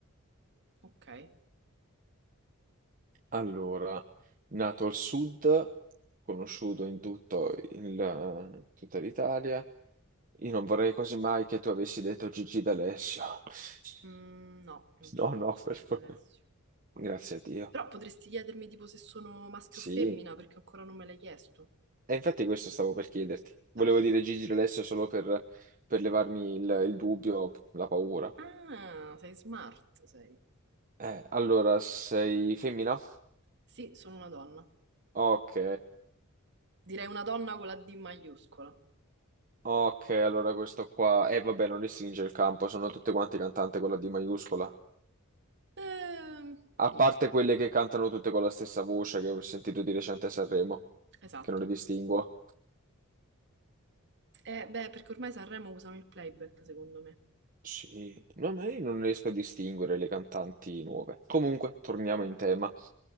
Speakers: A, on the right; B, on the right.
A: Ok.
B: allora, nato al sud, conosciuto in tutto il, in tutta l'Italia. Io non vorrei quasi mai che tu avessi detto Gigi D'Alessio. <laughs>
A: Mm, no,
B: <laughs>
A: non sono
B: No, no,
A: Gigi
B: per favore.
A: D'Alessio.
B: Grazie a Dio.
A: Però potresti chiedermi tipo se sono maschio
B: Sì.
A: o femmina, perché ancora non me l'hai chiesto.
B: E infatti questo stavo per chiederti. Volevo
A: Dai.
B: dire Gigi D'Alessio solo per, per levarmi il, il dubbio, la paura.
A: Ah, sei smart, sei.
B: Eh, allora, sei femmina?
A: Sì, sono una donna.
B: Ok,
A: Direi una donna con la D maiuscola.
B: ok, allora questo qua. Eh, vabbè, non restringe il campo, sono tutte quante cantanti con la D maiuscola.
A: Ehm,
B: A
A: nì,
B: parte quelle che cantano tutte con la stessa voce che ho sentito di recente a Sanremo,
A: esatto.
B: che non le distinguo.
A: Eh, beh, perché ormai Sanremo usano il playback, secondo me.
B: Sì, no, ma io non riesco a distinguere le cantanti nuove. Comunque, torniamo in tema.